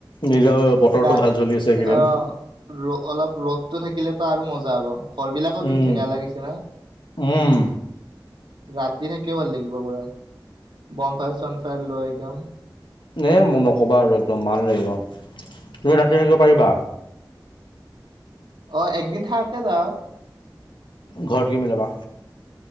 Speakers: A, on the left (about 75°); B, on the right (about 75°).
A: নিজৰ বতৰটো
B: গা
A: ভাল চলি আছে এইকেইদিন।
B: অ ৰ অলপ ৰ'দটো থাকিলেতো আৰু মজা হ'ব, ঘৰবিলাকো
A: উম
B: কি ধুনীয়া লাগিছে না?
A: উম
B: ৰাতি নে একেবাৰ লাগিব পুৰা। বন তাৰপিছত ফেন লৈ একদম
A: এই মোৰ নক'বা আৰু একদম ভাল লাগিব, তুমি ৰাতি থাকিব পাৰিবা?
B: অ একদিন থাকাকে যাও।
A: ঘৰত কি মিলাবা।